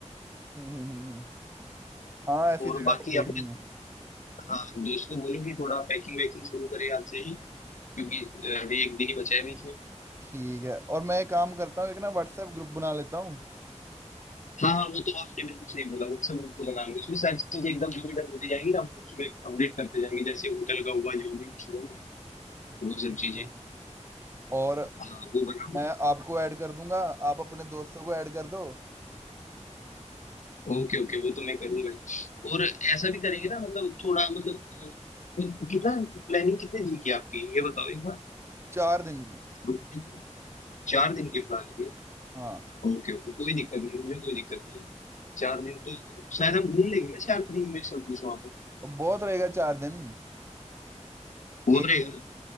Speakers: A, on the right; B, on the left.
A: हम्म, हम्म, हम्म। हाँ ऐसी
B: और
A: जगह
B: बाकी
A: पर देख
B: अपने
A: लेंगे
B: हाँ दोस्त को बोलो कि थोड़ा पैकिंग वैकिंग शुरू करे आज से ही क्योंकि अ, अभी एक दिन ही बचा है बीच में
A: ठीक है और मैं एक काम करता हूँ एक ना व्हाट्सएप ग्रुप बना लेता हूँ
B: हाँ हाँ वो तो आपने बिल्कुल सही बोला व्हाट्सएप ग्रुप तो बना लो उसमें सारी चीजें एकदम जो भी डन होती जाएंगी ना वो उसमें अपडेट करते जाएंगे जैसे होटल का हुआ जो भी कुछ होगा वो
A: ठीक
B: सब चीजें
A: है और
B: हाँ वो बनाओ
A: मैं आपको ऐड कर दूंगा आप अपने दोस्तों को ऐड कर दो
B: ओके ओके वो तो मैं करूंगा ही। और ऐसा भी करेंगे ना मतलब थोड़ा मतलब अ, कितना प्लानिंग कितने दिन की है आपकी ये बताओ एक बार
A: चार दिन की
B: दो दिन की? चार दिन की प्लानिंग है
A: हाँ
B: ओके ओके कोई दिक्कत नहीं मुझे कोई दिक्कत नहीं है चार दिन तो शायद हम घूम लेंगे ना चार दिन में सब कुछ वहां पे
A: बहुत रहेगा चार दिन
B: हो
A: एक
B: रहेगा ना